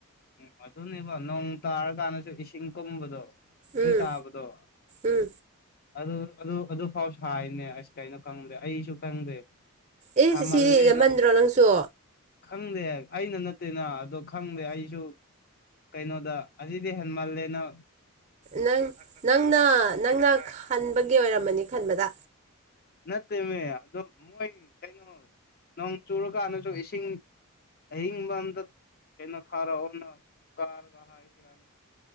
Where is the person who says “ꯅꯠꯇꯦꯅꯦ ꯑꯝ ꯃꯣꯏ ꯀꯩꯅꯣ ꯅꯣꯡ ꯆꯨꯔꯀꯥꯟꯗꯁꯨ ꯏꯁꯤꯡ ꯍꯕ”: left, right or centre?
Left